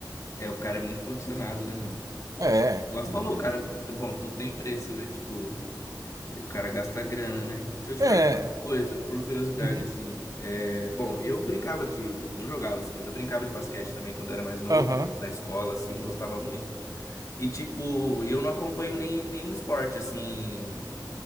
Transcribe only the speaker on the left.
É, o cara é muito condicionado, né, mano?
nós
falou, o cara... Bom, tudo tem preço, né? Tipo... E o cara gasta grana, né? Deixa eu te
perguntar uma coisa, por curiosidade,
assim. É... Bom, eu brincava de. Não jogava, assim, mas eu brincava de basquete também quando eu era mais novo,
na escola, assim, gostava muito. E, tipo, eu não acompanho nem, nenhum esporte, assim.